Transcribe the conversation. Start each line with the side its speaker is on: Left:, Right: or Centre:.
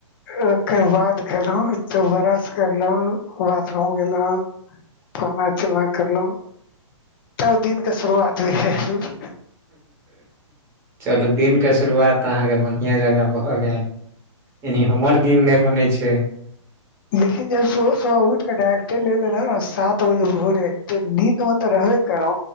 Left: ओकर बाद गेलो तो ब्रश करलो बाथरूम गेलो। फल्ना चिलला करलहुँ तब दििन के शुरुआत भेल गेल।
Right: चलू दिनके शुरुआतऽ अहाँके बढ़िआँ जगह भऽ गेल। एनी हमर दिन नहि बनै छै।
Left: लेकिन जब सुबह सुबह उठ के डायर्टेर ले लेलू नऽ सात बज भोरे तऽ नींद मे तऽ रहबे करो।